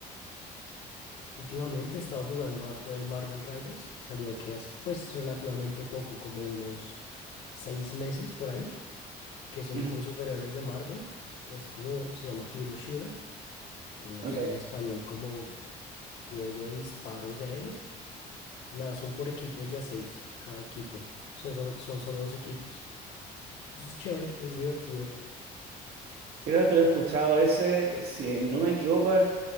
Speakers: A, on the left; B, on the right.
A: <laughs> Últimamente he estado jugando harto el Marvel Rivals. Salió que hace pues relativamente poco, como unos seis meses por ahí, que son
B: Ujú,
A: con superhéroes de Marvel. Es como, se llama Hero Shooter. No
B: ok.
A: sé en español como juego de disparos de héroes. Y nada, son por equipos de a seis, cada equipo. Son, solo- son solo dos equipos. Pues es chévere, es divertido.
B: Creo que lo he escuchado ese, si no me equivoco, es-